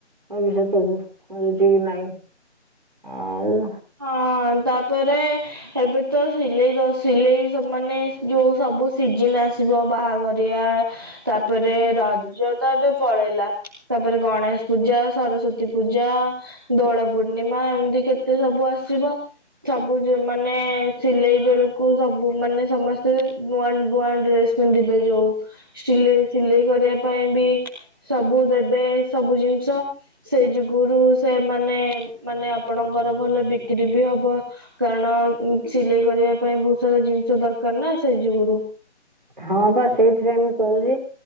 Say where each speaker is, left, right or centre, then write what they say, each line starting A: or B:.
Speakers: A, on the right (about 45°); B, on the right (about 20°).
A: ଭବିଶ୍ୱତ କୁ ହଉଛି କି ନାଇଁ ଆଉ।
B: ହଁ ତାପରେ ଏବେ ତ ସିଲେଇ ର ସିଲେଇ ସମାନେ ଯୋଉ ସବୁ ସିଜିନ୍ ଆସିବ ବାହାଘରଆ ତାପରେ ରଜ ତ ଏବେ ପଳେଇଲା। ତାପରେ ଗଣେଶ ପୂଜା, ସରସ୍ଵତୀ ପୂଜା, ଦୋଳ ପୂର୍ଣିମା ଏମିତି କେ ସେ ସବୁ ଆସିବ। ସବୁ ସେ ମାନେ ସିଲେଇ ବେଳକୁ ସବୁ ମାନେ ସମସ୍ତେ ନୂଆ ନୂଆ ଡ୍ରେସ ପିନ୍ଧିବେ ଯୋଉ ସିଲେଇ ସିଲେଇ କରିବା ପାଇଁ ବି ସବୁ ଦେବେ। ସବୁ ଜିନିଷ। ସେଇ ଯୁଗୁରୁ ସେମାନେ ମାନେ ଆପଣଙ୍କର ଭଲ ବିକ୍ରି ବି ହବ। କାରଣ ସିଲେଇ କରିବା ପାଇଁ ବହୁତ ସାରା ଜିନିଷ ଦରକାର ନା ସେଇ ଯୁଗୁରୁ।
A: ହଁ ବା ସେଇଥିପାଇଁ ମୁଁ କହୁଛି।